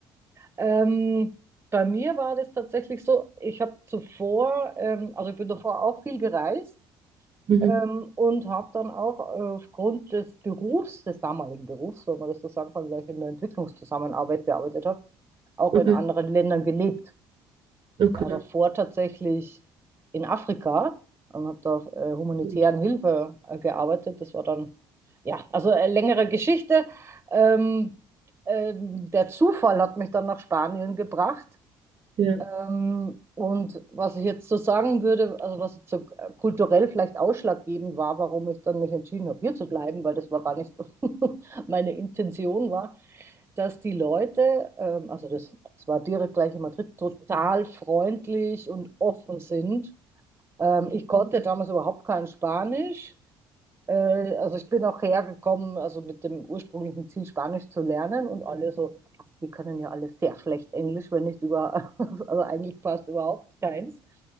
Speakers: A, on the right; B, on the right.
A: Ähm, bei mir war das tatsächlich so, ich habe zuvor, ähm, also ich bin davor auch viel gereist
B: Mhm.
A: ähm, und habe dann auch äh, aufgrund des Berufs, des damaligen Berufs, wenn man das so sagen kann, weil ich in der Entwicklungszusammenarbeit gearbeitet habe, auch
B: Okay,
A: in anderen Ländern gelebt.
B: okay.
A: äh, davor tatsächlich in Afrika und habe da auf äh, humanitären
B: Stimmt.
A: Hilfe äh, gearbeitet. Das war dann, ja, also eine längere Geschichte. Ähm, ähm, der Zufall hat mich dann nach Spanien gebracht.
B: Ja,
A: Ähm, und was ich jetzt so sagen würde, also was jetzt so äh, kulturell vielleicht ausschlaggebend war, warum ich dann mich entschieden habe, hier zu bleiben, weil das war gar nicht <laughs> meine Intention war, dass die Leute, ähm, also das, das war direkt gleich in Madrid, total freundlich und offen sind. Ähm, ich konnte damals überhaupt kein Spanisch. Äh, also ich bin auch hergekommen, also mit dem ursprünglichen Ziel, Spanisch zu lernen und alle so, ach, die können ja alle sehr schlecht Englisch, wenn nicht über, <laughs> also eigentlich fast überhaupt keins.